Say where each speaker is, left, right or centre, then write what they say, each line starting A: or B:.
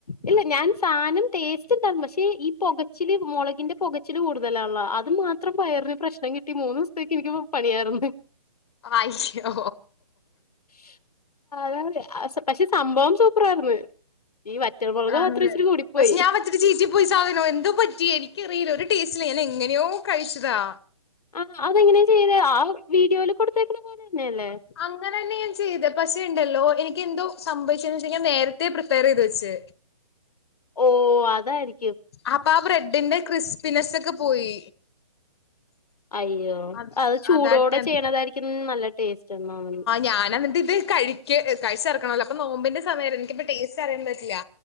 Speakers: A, on the left (about 80°); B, on the left (about 45°).
A: ഇല്ല ഞാൻ സാനം ടേസ്റ്റ് ഇണ്ടാരുന്നു പക്ഷെ ഈ പൊകച്ചില് മുളകിന്റെ പൊകച്ചില് കൂടുതലാണ്ല്ല അത് മാ ത്രം പയറിന് പ്രശ്നം കിട്ടി മൂന്നു ദിവസത്തേക്ക് എനിക്ക് പണിയാരുന്നു
B: അയ് ശോ
A: <unintelligible> പക്ഷെ സംഭവം സൂപ്പറായിരുന്നു ഈ വറ്റൽമുളക്
B: ആണല്ലേ
A: മാത്രം ഇച്ചിരി കൂടിപ്പോയി
B: <unintelligible> ചീറ്റി പോയി സാധനോ എന്തോ പറ്റി എനിക്കറിയില്ല ഒരു ടേസ്റ്റില്ല ഞാൻ എങ്ങനെയോ കഴിച്ചതാ
A: ആഹ് അതെങ്ങനെയാ ചെയ്തേ ആ വീഡിയോയില് കൊടുത്തേക്കുന്ന പോലെ തന്നെയല്ലേ
B: അങ്ങനെ തന്നെ ഞാൻ ചെയ്തേ പക്ഷെ ഇണ്ടല്ലോ എനിക്ക് എന്തോ സംഭവിച്ചേന്ന് വെച്ച് കഴിഞ്ഞാൽ നേരത്തെ പ്രിപ്പയർ ചെയ്ത് വെച്ച്
A: ഓഹ് അതായിരി
B: അപ്പൊ ആ ബ്രെഡിന്റെ ക്രിസ്പിനസ്സെക്കെ പോയി
A: അയ്യോ
B: അ
A: അത് ചൂടോടെ
B: അതാട്ടെ
A: ചെയ്യണതായിരിക്കും നല്ല ടേസ്റ്റന്ന് തോന്നണ്
B: ഞാനെന്നിട്ട് ഇത് കഴി ക്ക് കഴിച്ചെറക്കണല്ലോ അപ്പൊ നോമ്പിന്റെ സമയത്ത് എനിക്കിപ്പ ടേസ്റ്ററിയാൻ പറ്റില്ല